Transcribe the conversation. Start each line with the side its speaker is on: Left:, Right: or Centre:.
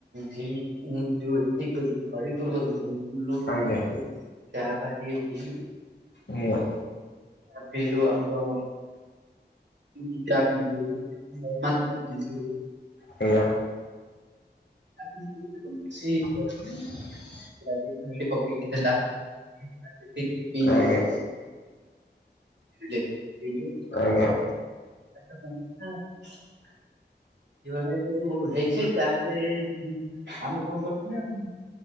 Right: ଜିମ୍ ଉଁ ଯୋଉ ଠିକ୍ କହିଲୁ ହରିପୁର ଗଲୁ ହାରି ପୁଲ
Left: ଆଜ୍ଞା
Right: ଚାହା ଫହା ଟିକେ ପିଇଲୁ।
Left: ନିଅ।
Right: ଆ ପିଇଲୁ ଆମର ଇକି ଚା ପିିଇଲୁ ନର୍ମାଲ ଚା ପିିଇଲୁ।
Left: ସେଇଆ।
Right: <inaudible> ଛି।
Left: <inaudible>
Right: ରାବିଡି଼ ଫାଇଲ୍ ଟେ ପକେଇକି ଦେଲା <inaudible> ପିଇଲୁ।
Left: ଆଜ୍ଞା
Right: <inaudible> ପିଇଲୁ।
Left: ଆଜ୍ଞା।
Right: <unintelligible> ଆ ଜୀବନରେ ସବୁ ହେଇଛି ତା ପାଇଁ ଉଁ ଆମେ କଁ କରୁଚୁ ନାଁ